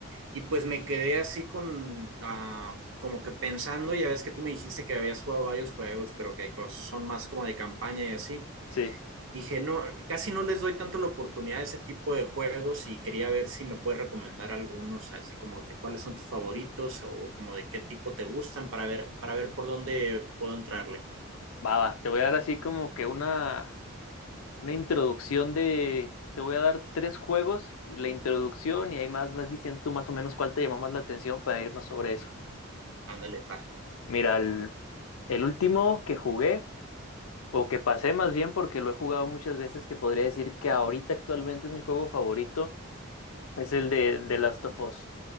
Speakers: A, on the right (about 60°); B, on the left (about 75°).
A: Y pues me quedé así con la, como que pensando, ya ves que tú me dijiste que habías jugado varios juegos, pero que cos- son más como de campaña y así.
B: sí.
A: dije, no, casi no les doy tanto la oportunidad a ese tipo de juegos y quería ver si me puedes recomendar algunos, así como que cuáles son tus favoritos o como de qué tipo te gustan para ver, para ver por dónde puedo entrarle.
B: Va, va. Te voy a dar así como que una, una introducción de... Te voy a dar tres juegos, la introducción y ahí más vas diciendo tú más o menos cuál te llamó más la atención para irnos sobre eso.
A: Ándale, va.
B: Mira, el, el último que jugué, o que pasé más bien porque lo he jugado muchas veces, que podría decir que ahorita actualmente es mi juego favorito, es el de, de Last of Us.